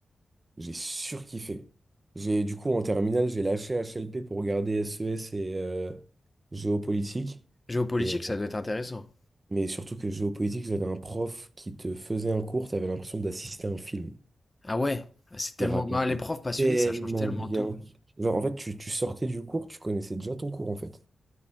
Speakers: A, on the right (about 25°); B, on the left (about 20°).
A: J'ai surkiffé. J'ai, du coup, en terminale, j'ai lâché HLP pour regarder SES et euh, géopolitique.
B: Géopolitique,
A: Et, euh,
B: ça doit être intéressant.
A: mais surtout que géopolitique, j'avais un prof qui te faisait un cours, t'avais l'impression d'assister à un film.
B: Ah ouais, c'est tellement...
A: Il racontait
B: bah, les profs passionnés,
A: tellement
B: ça change tellement
A: bien.
B: tout.
A: Genre, en fait, tu, tu sortais du cours, tu connaissais déjà ton cours, en fait.